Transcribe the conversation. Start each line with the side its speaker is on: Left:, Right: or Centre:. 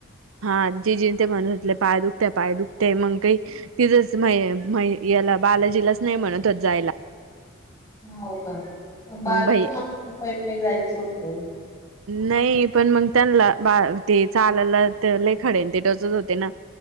Right: हा जे जे ते म्हणत होतले पाय दुखते पाय दुखते मग काही तिझंच म्हय म्हय याला बालाजीलाच नाही म्हणत होत जायला.
Left: हो का बाल
Right: मग भै
Left: तुम्ह पै पै जायचं होतं.
Right: नाही पण मग त्यांनला बा ते चालाला त्या खडे टोचत होते ना,